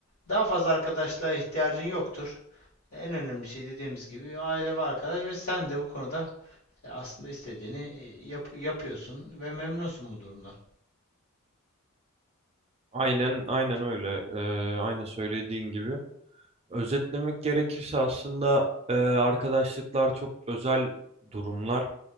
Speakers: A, on the left; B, on the right.
A: daha fazla arkadaşlığa ihtiyacın yoktur. En önemli şey dediğimiz gibi aile ve arkadaş ve sen de bu konuda e, aslında istediğini e, yap- yapıyorsun ve memnunsun bu durumdan.
B: Aynen aynen öyle. Ee, aynı söylediğin gibi. Özetlemek gerekirse aslında e, arkadaşlıklar çok özel durumlar.